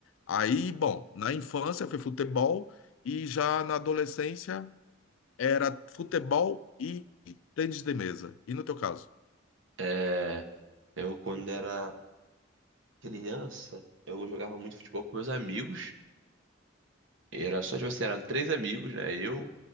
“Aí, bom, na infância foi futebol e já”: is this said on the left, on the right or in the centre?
Left